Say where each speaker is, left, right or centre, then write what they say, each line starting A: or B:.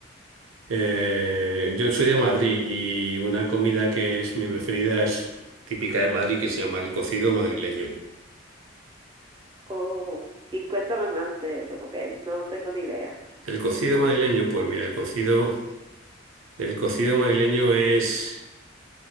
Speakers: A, on the right (about 85°); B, on the right (about 20°).
A: Eh, yo soy de Madrid y una comida que es mi preferida es típica de Madrid que se llama el cocido madrileño.
B: Oh, y cuéntame más de eso porque no tengo ni idea.
A: El cocido madrileño, pues mira, el cocido, el cocido madrileño es,